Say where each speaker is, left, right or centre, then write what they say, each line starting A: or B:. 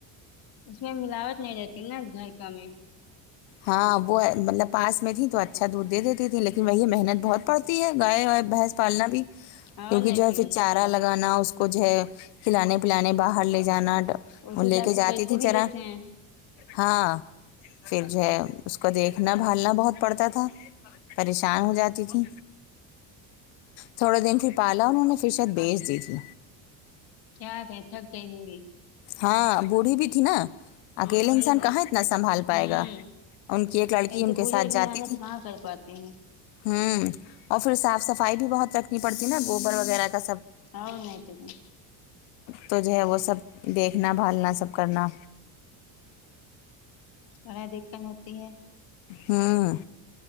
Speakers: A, on the left; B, on the left.
A: اس میں ملاوٹ نہیں رہتی نا دھائکا میں
B: ہاں وہ مطلب پاس میں تھی تو اچھا دودھ دے دیتی تھی لیکن وہی مہ بہت پڑتی ہے گائے اور بھینس پالنا بھی
A: اور
B: کیونکہ
A: نہیں
B: جو ہے
A: تو
B: پھر چارا را لگانا اس کو جو ہے کھلانے پلانے باہر لے جانا
A: اس
B: وہ
A: حساب
B: لے کے
A: سے
B: جاتی
A: پیسے
B: تھی
A: بھی لیتے
B: چرا
A: ہیں
B: ہاں پھر جو ہے اس کو دیکھنا بھالنا بہت پڑتا تھا پریشان ہو جاتی تھی تھوڑے دن پھر پالا انہوں نے پھر شاید بیچ دی تھی
A: کیا کہ تھک گئے ہوں گی
B: ہاں بوڑھی بھی تھی نا
A: ہوں
B: اکیلے
A: وہی
B: انسان
A: بات
B: کہاں اتنا سنبھال پائے
A: ہوں
B: گا ان کی ایک لڑکی ان
A: تو
B: کے
A: بزرگ
B: ساتھ
A: ہو
B: جاتی
A: جانے
B: تھی
A: پہ کہاں کر پاتے ہیں
B: ہوں اور پھر صاف صفائی بھی بہت رکھنی پڑتی نا گوبر وغیرہ کا سب
A: اور نہیں تو کیا
B: تو جو ہے وہ سب دیکھنا بھالنا سب کرنا
A: <unintelligible> دقت ہوتی ہے
B: ہاں